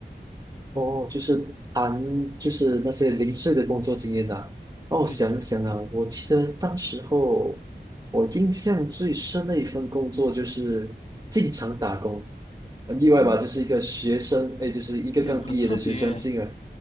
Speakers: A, on the right (about 20°); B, on the left (about 35°).
A: 哦，就是谈就是那些零碎的工作经验呐、让我想想啊，
B: 对对对，
A: 我记得当时候我印象最深的一份工作就是进厂打工，很意外吧？
B: 嗯，
A: 就是一个学生，哎，就是一个刚毕业的学生进来，
B: 对，很特别，